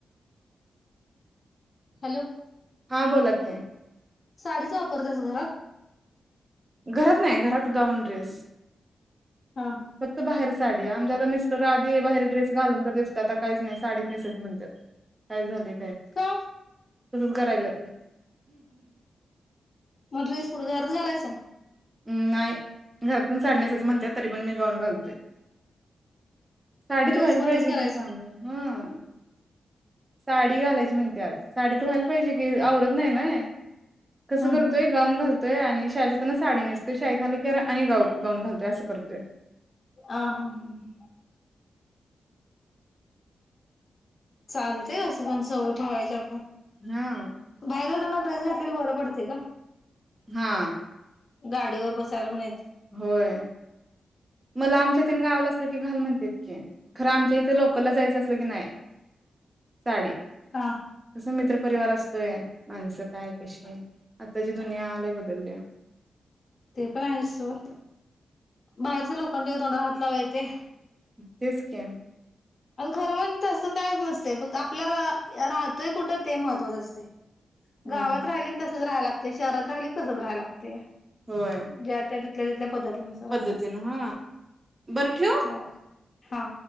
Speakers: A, on the left (about 40°); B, on the right (about 20°).
A: हॅलो!
B: हां बोलाकी.
A: साडीच वापरतेस घरात?
B: घरात नाही, घरात गाऊन ड्रेस.
A: हा हा
B: फक्त बाहेर. साडी. आमच्या आता मिस्टर आधी बाहेर ड्रेस घालून तर दिसतात आता काहीच नाही साडीच नेसत म्हणतात काय झाले.
A: का?
B: तसच करायला.
A: मग ट्रेस पुढे घरच घालायचा?
B: नाही घरात पण साडण्या असच म्हणते, तरी पण मी जाऊन घालतो. साडीतू
A: ड्रेस
B: व्हायला
A: बंदच
B: पाहिजे
A: करायचा.
B: कि काम हा. साडी. डी घालायची म्हणत्यात. व्हायला पाहिजे क आवरत नाही ना. कसं
A: हम्म
B: करतोय
A: हम्म
B: गाऊं घालतो. आणि श साडी नसू शा रा आणि गा गाऊन घालतोय असं करतोय.
A: आ हा हा हा. चालतेय असं पण सवय ठेवायच्या.
B: हा
A: बाहेर जातांना घातल्याला बरं पडते का.
B: हा.
A: गाडी वर बसायला म्हण
B: होय. ला आमच्या इथून गावला असलं की घाल म्हणते इतकि खरं आमच्या इथे लोकलला जायचं असलं की नाही साडी
A: का.
B: मित्र परिवार असतोय माणसं काय कशी आता दुनीया बदललीया.
A: ते पण आहे सोड बाहेरच्या लोकांच्या दोंडार हात लावा येते.
B: तेच की.
A: आणि खरं म्हण तसं कायच नसते फक्त आपल्याला राहतोय कुठं ते महत्वाचं असतय.
B: हम्म
A: गावात राहिल की तसचं राहायला लागतंय ते शहरात राहिल कि तसचं राहिला ते
B: होय
A: ज्या त्या तिथल्या तिथल्या पद्धतीनुसार
B: पद्धतीनं
A: असं असत
B: हा बरं ठेवू?
A: चा हा.